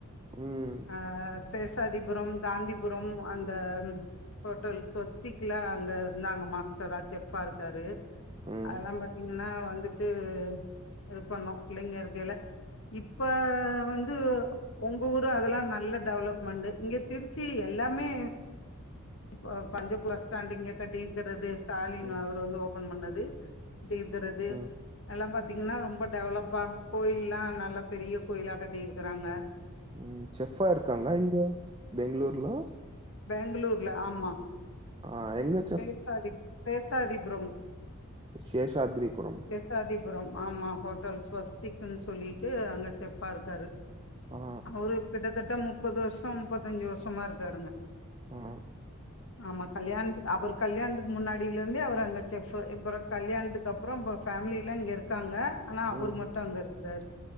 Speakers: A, on the right; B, on the left.
A: ம்
B: ஆத் சேஷாதிபுரம் காந்திபுரம் அந்த ம் ஹோட்டல் ஸ்வஸ்திக்ல அங்க இருந்தாங்க மாஸ்டரா செஃப்பா இருக்காரு
A: ம்
B: அதெல்லா பாத்தீங்கன்னா வந்துட்டு இது பண்ணோ பிள்ளைங்க இருக்கையில இப்ப வந்து ஒங்க ஊரு அதெல்லா நல்ல டெவலப்மெண்ட் இங்க திருச்சி எல்லாமே இப்போ பஞ்சப்ளஸ்டாண்ட் இங்க கட்டி இருக்கிறது ஸ்டாலின்
A: ம்
B: அவரு வந்து ஓபன் பண்ணது <unintelligible> கிறது
A: ம்
B: எல்லா பாத்தீங்னா ரொம்ப டெவலப்பா கோயில்லா நல்ல பெரிய கோயிலா கட்டியிருக்கிறாங்க
A: ம் செஃப்பா இருக்காங்க இங்க பெங்களூர்ல
B: பெங்களூர்ல ஆமா
A: ஆ எங்கத்
B: சேசாதிப் சேசாதிபுரம்
A: சேஷாதிரிபுரம்
B: சேஷாத்ரிபுரம் ஆமா ஹோட்டல் ஸ்வஸ்திக்குன்னு சொல்லிட்டு அங்க செஃப்பா இருக்காரு
A: ஆ
B: அவரு கிட்டத்தட்ட முப்பது வருஷம் முப்பத்தஞ்சு வருஷமா இருக்காருங்க
A: ஆ
B: ஆமா கல்யாணத்துக் அவர் கல்யாணத்துக்கு முன்னாடியில இருந்தே அவர் அங்க செஃப்பு இப்புறோ கல்யாணத்துக்கு அப்புறோ இப்ப ஃபேமிலிய எல்லா இங்க இருக்காங்க ஆனா அவர்
A: ம்
B: மட்டு அங்க இருக்கிறாரு